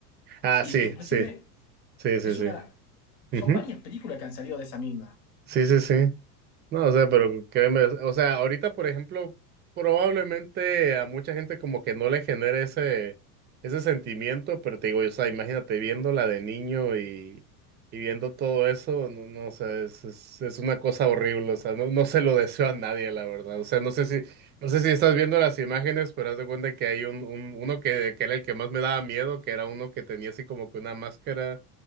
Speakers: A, on the right; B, on the left.
A: Ah,
B: Y,
A: sí,
B: inclusive
A: sí, sí, sí,
B: es
A: sí.
B: una, son
A: Ujú.
B: varias películas que han salido de esa misma.
A: Sí, sí, sí. No, o sea, pero créeme, o sea, ahorita, por ejemplo, probablemente a mucha gente como que no le genere ese, ese sentimiento, pero te digo, o sea, imagínate viéndola de niño y, y viendo todo eso, no, no, o sea, es, es, es una cosa horrible, o sea, no, no se lo deseo a nadie, la verdad, o sea, no sé si, no sé si estás viendo las imágenes, pero haz de cuenta que hay un, un uno que, que era el que más me daba miedo, que era uno que tenía así como que una máscara